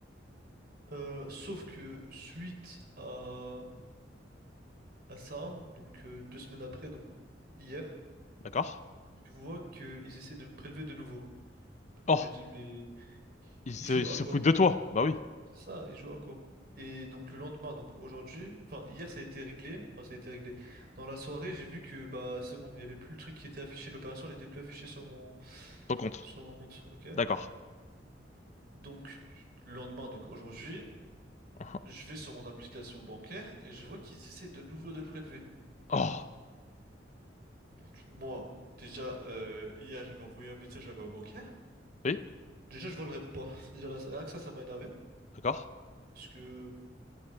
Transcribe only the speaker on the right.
Euh, sauf que suite à, à ça, donc euh, deux semaines après, donc hier,
je vois qu'ils essaient de me prélever de nouveau. Je
me dis, mais
ils jouent
à quoi?
C'est ça, ils jouent à quoi? Et donc le lendemain, donc aujourd'hui, enfin hier ça a été réglé, enfin ça a été réglé. Dans la soirée, j'ai vu que bah c'est bon, il y avait plus le truc qui était affiché, l'opération n'était plus affichée sur mon
sur mon compte, ok?
Donc le lendemain, donc aujourd'hui,
je vais sur mon application bancaire et je vois qu'ils essaient de nouveau de le prélever.
Donc moi, déjà, euh, hier, j'avais envoyé un message à ma bancaire.
Déjà, je vois, elle répond pas. Déjà, là, rien que ça, ça m'a énervé.
Parce que